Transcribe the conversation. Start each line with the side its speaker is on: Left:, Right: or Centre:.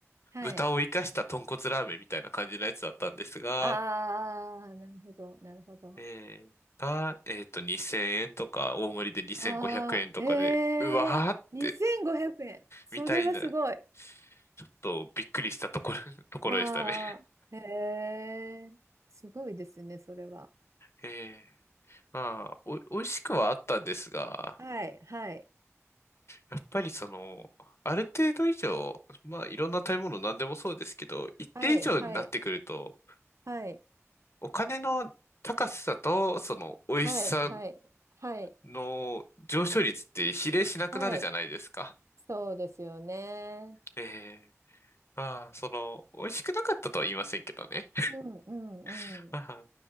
Right: はい。
Left: 豚を生かした豚骨ラーメンみたいな感じのやつだったんですが、
Right: ああ、なるほど、なるほど。
Left: えーが、えーっと、2000円とか、大盛りで2500円とかで、
Right: ああ、え
Left: うわーって、
Right: え2500円。それはすごい。
Left: みたいな、ちょっとびっくりしたところ、<laughs> ところでしたね。
Right: ああ、へえ、すごいですね、それは。
Left: えーまあ、お、美味しくはあったんですが、
Right: はい、はい、
Left: やっぱりその、ある程度以上、まあいろんな食べ物何でもそうですけど、一定以上になってくると、
Right: はい、はい、はい、
Left: お金の高さとその美味しさ
Right: はい、はい、はい、
Left: の上昇率って比例しなくなるじゃないですか。
Right: はいそうですよね。
Left: ええまあ、その、美味しくなかったとは言いませんけどね。
Right: うん、
Left: <laughs>
Right: うん、
Left: あ